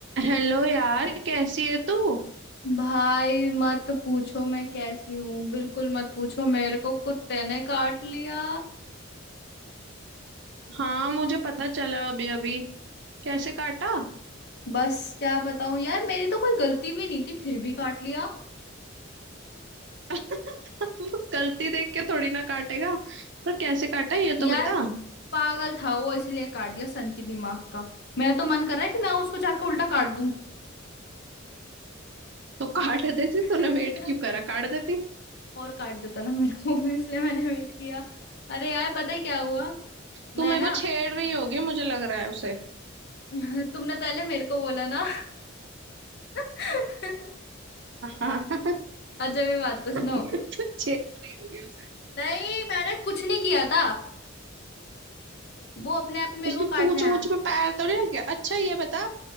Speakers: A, on the right; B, on the left.
A: Hello यार कैसी है तू
B: भाई मत पूछो मैं कैसी हूँ बिल्कुल मत पूछो मेरे को कुत्ते ने काट लिया
A: हाँ मुझे पता चला अभी अभी कैसे काटा
B: बस क्या बताऊं यार मेरी तो कोई गलती भी नहीं थी फिर भी काट लिया
A: <laughs> वो गलती देख के थोड़ी ना काटेगा पर कैसे काटा ये
B: यार
A: तो बता
B: पागल था वो इसलिए काट दिया सन की दिमाग का मेरा तो मन कर रहा है कि मैं उसको जाके उल्टा काट दूं
A: तो काट देती
B: <laughs>
A: तूने वेट क्यों करा काट देती <laughs>
B: और काट देता ना मेरे को <laughs> इसलिए मैंने वेट किया अरे यार पता है क्या हुआ
A: तू
B: मैं
A: मेरे
B: ना
A: को छेड़ रही होगी मुझे लग रहा है उसे
B: <laughs> तुमने पहले मेरे को बोला ना <laughs>
A: हाँ <laughs>
B: अच्छा मेरी बात तो सुनो
A: तू छेड़ रही होगी उसे
B: नहीं मैंने कुछ नहीं किया था वो अपने आप ही मेरे
A: उसकी
B: को काटने
A: पूंछ
B: आया
A: वूछ में पैर तो नहीं रख गया अच्छा ये बता